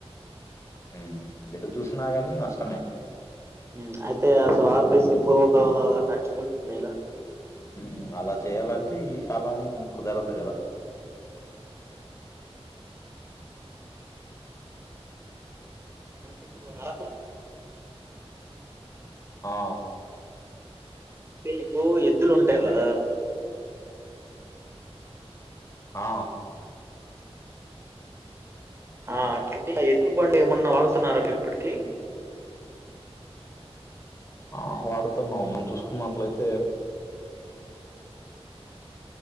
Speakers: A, on the left; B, on the right.
A: మ్ ఎటు చూసినా గాని నష్టమే
B: మ్ అయితే అసలు ఆఫేసి పూర్వకాలం లాగా నడుచుకుంటే మేళా
A: మ్ అలా చేయాలంటే ఈ కాలం కుదరదు కదా
B: అంటే ఇప్పుడు అర్కు
A: ఆ
B: మీకు ఎద్దులు ఉంటాయి కదా
A: ఆ
B: ఆ అట్ల ఆ బండి ఏమన్నా వాడుతున్నారా మీ ఇప్పటికీ
A: ఆ వాడుతున్నాం మనం చూసుకున్నట్లయితే